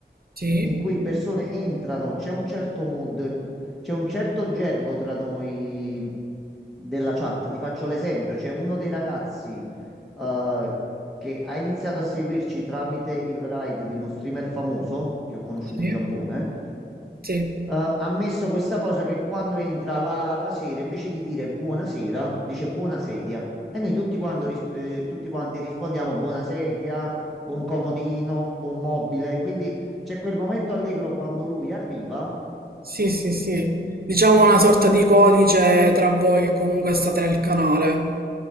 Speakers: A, on the right (about 55°); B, in the centre.
A: sì,
B: in cui persone entrano, c'è un certo mood, c'è un certo gergo tra noi della chat. Ti faccio l'esempio, c'è uno dei ragazzi eh, che ha iniziato a seguirci tramite il ride di uno streamer famoso che ho conosciuto
A: sì,
B: in Giappone
A: sì,
B: eh, ha messo questa cosa che quando entra la, la sera, invece di dire buonasera, dice buona sedia. E noi tutti, quando ris- eh, tutti quanti rispondiamo buona sedia, buon comodino, buon mobile. Quindi c'è quel momento allegro quando lui arriva.
A: sì, sì, sì. Diciamo una sorta di codice tra voi che comunque state nel canale.